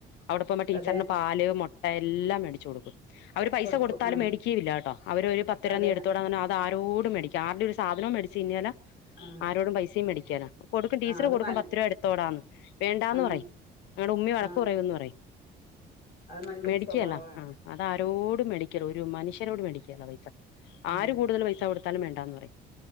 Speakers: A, on the left; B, on the left.
A: അവിടെ പോകുമ്പോ ടീച്ചറിന്
B: അതെ
A: പാല് മുട്ട എല്ലാം മേടിച്ചു കൊടുക്കും അവര് പൈസ
B: കൊടുക്കും
A: കൊടുത്താലും
B: ആ
A: മേടിക്കുകയും ഇല്ല കേട്ടോ അവര് ഒരു പത്തു രൂപ
B: അതെ
A: നീ എടുത്തോട പറഞ്ഞ അതാരോടും മേടിക്ക ആരുടെ ഒരു സാധനം മേടിച്ച് തിന്നെല.
B: ആ
A: ആരോടും പൈസയും മേടിക്കേല കൊടുക്കും ടീച്ചർ
B: ആ അത്
A: കൊടുക്കും
B: നല്ല
A: പത്ത് രൂപ എടുത്തോടാന്ന് വേണ്ടാന്ന്
B: ആ
A: പറയും ഞങ്ങടെ ഉമ്മി വഴക്ക്
B: ആ
A: പറയുന്ന് പറയും.
B: അത് നല്ലൊരു
A: മേടിക്കേല
B: സ്വഭാവമാണ്
A: ഉം അതാരോടും മേടിക്കേല ഒരു മനുഷ്യരോട് മേടിക്കല പൈസ
B: ഉം
A: ആര് കൂടുതൽ പൈസ കൊടുത്താലും വേണ്ടാന്ന് പറയും